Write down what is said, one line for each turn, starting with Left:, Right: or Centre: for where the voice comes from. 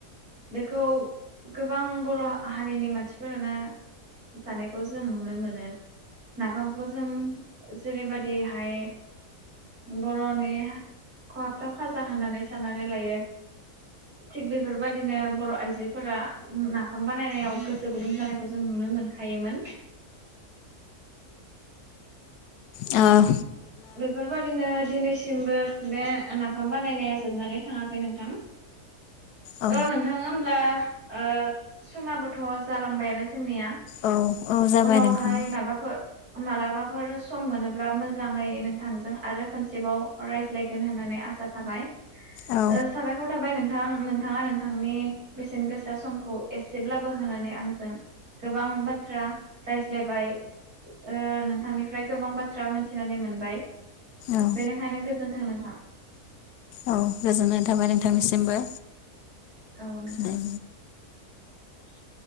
Right: बेखौ गोबां बर' हारिनि मानसिफोरानो जानायखौ जों नुनो मोनो नाफामखौ जों, जेरैबायदिहाय बर'नि खहाबथाव खाजा होननानै साननानै लायो थिग बे बेफोरबायदिनो बर' आइजोफोरा नाफाम बानायनायाव गोसो गुदुं जानायखौ जों नुनो मोनखायोमोन,
Left: औ
Right: बेफोरबादिनो दिनैसिमबो बे नाफाम बानायनाया जोबनानै थाङाखै नोंथां,
Left: औ
Right: ओ नोंथाङा होमब्ला ओ समाबोथ' जालांबायानो जोंनिया,
Left: औ औ जाबाय
Right: उनावहाय
Left: नोंथां
Right: मायबाफोर, मालाबाफोर सम मोनोब्ला मोजाङै नोंथांजों आरो खनसेबाव रायज्लायगोन होननानै आसा थाबाय,
Left: औ
Right: ओ साबायखर थाबाय नों नोंथां नोंथाङा नोंथांनि बेसेन गोसा समखौ एसेब्लाबो होनानै आंजों गोबां बाथ्रा, रायज्लायबाय ओ नोंथांनिफ्राय गोबां बाथ्रा मोनथिनानै मोनबाय,
Left: औ
Right: बेनिखायनो गोजोन्थों नोंथां,
Left: औ गोजोननाय थाबाय नोंथांनिसिमबो,
Right: औ नोंथां,
Left: दे।
Right: ए <inaudible>